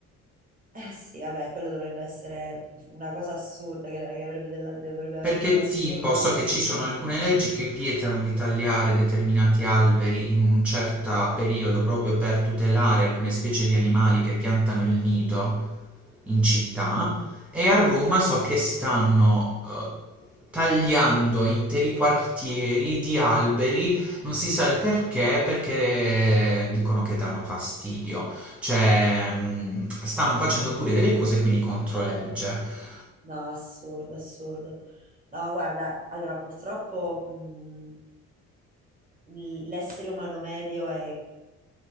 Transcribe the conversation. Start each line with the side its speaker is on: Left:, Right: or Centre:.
Right: Eh sì, vabbè, quello dovrebbe essere una cosa assurda, che, che avrebbe della- dovrebbe avere
Centre: Perché
Right: dell'assurdo.
Centre: tipo so che ci sono alcune leggi che vietano di tagliare determinati alberi in un certo periodo proprio per tutelare alcune specie di animali che piantano il nido in città e a Roma so che stanno eh, tagliando interi quartieri di alberi, non si sa il perché, perché dicono che danno fastidio, cioè mm, stanno facendo pure delle cose quindi contro legge.
Right: No, assurdo, assurdo. No, guarda, allora purtroppo mh, l- l'essere umano medio è,